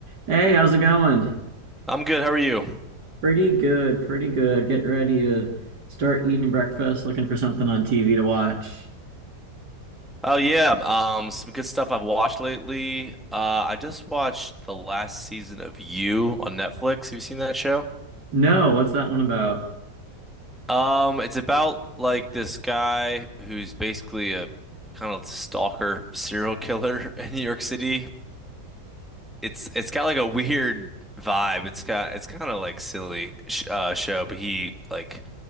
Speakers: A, on the right (about 70°); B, in the centre.
A: Hey, how's it going?
B: I'm good. How are you?
A: Pretty good, pretty good. Getting ready to start eating breakfast, looking for something on TV to watch.
B: Oh yeah, um, some good stuff I've watched lately. Uh, I just watched the last season of You on Netflix. Have you seen that show?
A: No, what's that one about?
B: Um, it's about like this guy who's basically a kind of stalker serial killer <laughs> in New York City. It's it's got like a weird vibe. It's got it's kind of like silly sh uh, show, but he like